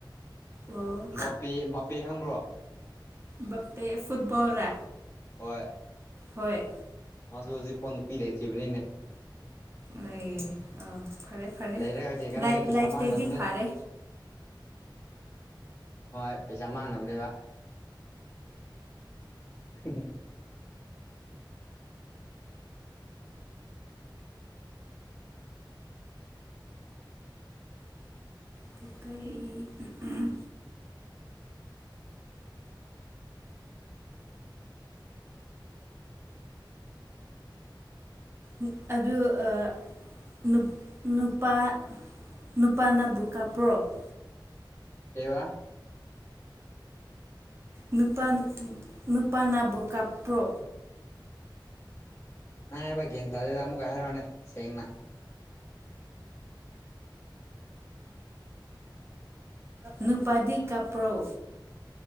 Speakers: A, on the right (about 30°); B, on the left (about 35°).
A: ꯑꯣ
B: ꯕꯥꯄꯦ ꯕꯥꯄꯦ ꯈꯪꯕ꯭ꯔꯣ
A: ꯚꯄꯦ ꯐꯨꯠꯕꯣ ꯔꯥ
B: ꯍꯣꯏ
A: ꯍꯣꯏ
B: ꯃꯥꯁꯨ ꯍꯣꯖꯤꯛ ꯐꯥꯎ ꯅꯨꯄꯤ ꯂꯩꯇ꯭ꯔꯤꯕꯅꯤꯅꯦ
A: ꯂꯩꯌꯦ ꯑ ꯐꯔꯦ ꯐꯔꯦ
B: ꯂꯩꯔꯒ ꯀꯩ ꯀꯥꯟꯅꯅꯤ
A: ꯂꯥꯏ
B: ꯄꯩꯁꯥ
A: ꯂꯥꯏꯇꯦꯗꯤ
B: ꯃꯥꯡꯅꯕꯅꯦ
A: ꯐꯥꯔꯦ
B: ꯍꯣꯏ ꯄꯩꯁꯥ ꯃꯥꯡꯅꯕꯅꯦꯕ ꯍꯤꯍꯤ
A: ꯇꯨ ꯀꯩ ꯎꯝ ꯎꯝ‌ꯝ ꯎꯝ ꯑꯗꯨ ꯑ ꯅꯨꯞ ꯅꯨꯄꯥ ꯅꯨꯄꯥꯅꯕꯨ ꯀꯞꯄ꯭ꯔꯣ <inaudible> <inaudible>
B: ꯀꯦꯋꯥ
A: ꯅꯨꯄꯥꯟ ꯎꯝ ꯅꯨꯄꯥꯅꯕꯨ ꯀꯞꯄ꯭ꯔꯣ
B: ꯅꯕꯥ ꯒꯌꯥꯟꯇꯥꯥꯗꯦꯗ ꯑꯃꯨꯛꯀ ꯍꯥꯏꯔꯣꯅꯦ ꯁꯦꯡꯅ
A: ꯅꯨꯄꯥꯗꯤ ꯀꯞꯄꯔꯣ